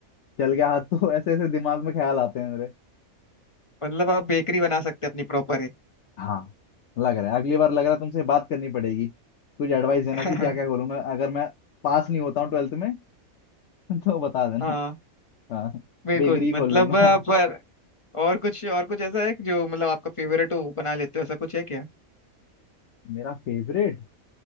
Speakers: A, on the left; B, on the left.
A: जल गया हाथ तो <laughs> ऐसे ऐसे दिमाग में ख्याल आते हैं मेरे
B: मतलब आप बेकरी बना सकते हैं अपनी प्रॉपर एक
A: हाँ लग रहा है अगली बार लग रहा है तुमसे बात करनी पड़ेगी कुछ एडवाइस देना
B: <laughs>
A: कि क्या क्या खोलूं मैं अगर मैं पास नहीं होता हूँ ट्वेल्थ में <laughs> तो बता देना
B: हाँ
A: हाँ
B: बिल्कुल
A: बेकरी
B: मतलब
A: खोल लूंगा
B: अ, पर और कुछ और कुछ ऐसा है कि जो मतलब आपका फेवरेट हो वो बना लेते हो ऐसा कुछ है क्या
A: मेरा फेवरेट